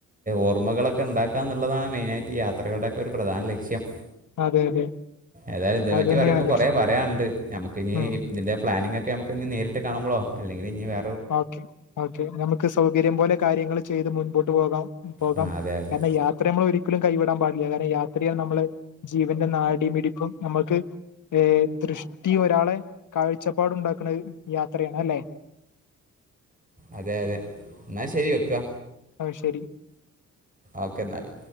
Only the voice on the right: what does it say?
ഓർമ്മകളൊക്കെണ്ടാക്കാ എന്നുള്ളതാണ് മെയിനായിട്ട് യാത്രകളുടെക്കെ ഒരു പ്രധാന ലക്ഷ്യം
ഏതായാലും ഇതേ
പറ്റി
പറയുമ്പൾ കൊറേ
പറയാണ്ട് നമുക്കിനി
ഇതിന്റെ പ്ലാനിങ്ങ് ഒക്കെ നമുക്ക്ഞ്ഞി നേരിട്ട് ട്ട് കാണുമ്പളോ അല്ലങ്കില് ഇഞ്ഞി വേ
ആ അതെ അതെ
അതെ അതെ എന്നാ ശരി വെക്കാ
ഓക്കെന്നാല്